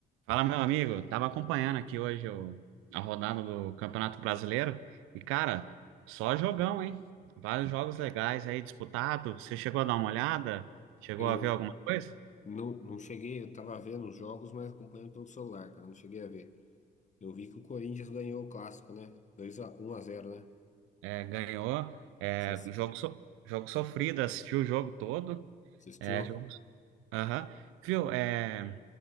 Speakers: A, on the right; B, on the left.
A: Fala, meu amigo. Tava acompanhando aqui hoje o- a rodada do Campeonato Brasileiro e, cara, só jogão, hein? Vários jogos legais aí disputados. Você chegou a dar uma olhada? Chegou
B: Eu
A: a ver alguma coisa?
B: não, não cheguei, eu tava vendo os jogos, mas acompanhando pelo celular, cara, não cheguei a ver. Eu vi que o Corinthians ganhou o clássico, né? dois a um a zero né?
A: É, ganhou. É,
B: Você ass-
A: jogo, so- jogo sofrido, assistiu o jogo todo.
B: assistiu?
A: É, jogo... so, Aham. Viu? É,